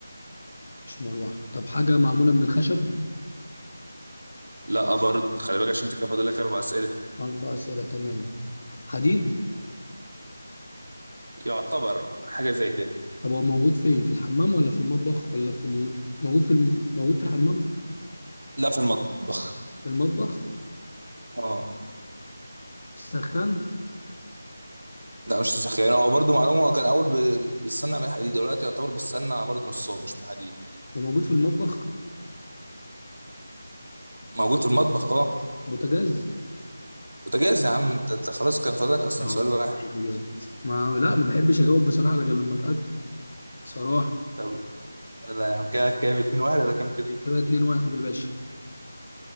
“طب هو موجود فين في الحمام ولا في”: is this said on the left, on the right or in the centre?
Left